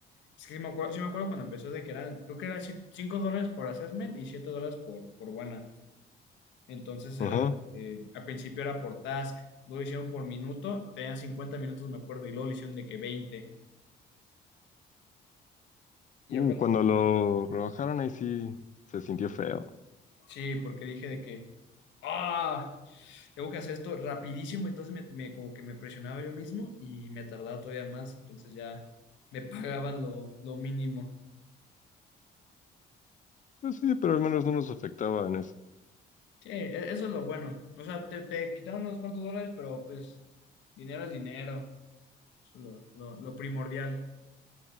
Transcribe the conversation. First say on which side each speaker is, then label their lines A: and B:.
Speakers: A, on the left (about 80°); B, on the left (about 40°).
A: Es que sí me acuerdo, sí me acuerdo cuando empezó de que eran, creo que era ci- 5 dólares por assessment y 7 dólares por, por buena. Entonces
B: Ajá.
A: era, de que al principio era por task, luego hicieron por minuto, tenían 50 minutos, me acuerdo, y luego lo hicieron de que veinte Y
B: Uh,
A: ya cuando
B: cuando
A: fue-
B: lo rebajaron, ahí sí se sintió feo.
A: sí, porque dije de que, ah, tengo que hacer esto rapidísimo, entonces me, me- como que me presionaba yo mismo y me tardaba todavía más, entonces ya me <laughs> pagaban lo, lo mínimo.
B: Pues sí, pero al menos no nos afectaba en eso.
A: Sí, e- eso es lo bueno. O sea, te, te quitaron unos cuantos dólares, pero pues dinero es dinero. Eso es lo, lo lo primordial.